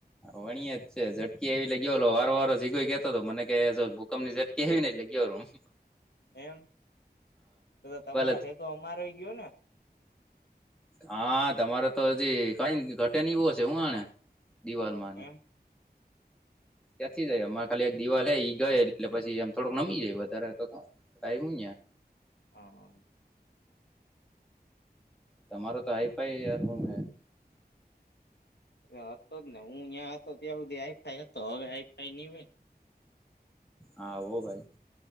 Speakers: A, in the centre; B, on the left.
A: ભણીય જ છે ઝટકી એવી લાગ ગયોલો વાર વારરો જીગોઈ કેતો હતો મને કે જો ભૂકપ ઝટકી એવી નઈ લગયોલ હું <inaudible>
B: એમ તો તમારા
A: જ
B: ભેગો અમારોય ગયો ને
A: હા તમારે તો હજી કઈ ઘટે નીવો હ છે હું આને દિવાલમાંને
B: એમ
A: ક્યાંથી જાય અમારે ખાલી એક દિવાલ લે ઈ ગય એટલે પછી આમ થોડુંક નમી જાય વધારે તો આવું
B: હા હ
A: તમારો તો આઈફાઈયાર રૂમ હ
B: એ હતો જ ને હું ત્યાં હતો ત્યાં સુધી આઈ ફાઈ હતો હવે આઈ ફાઈ ની હોય
A: હાવો ભાઈ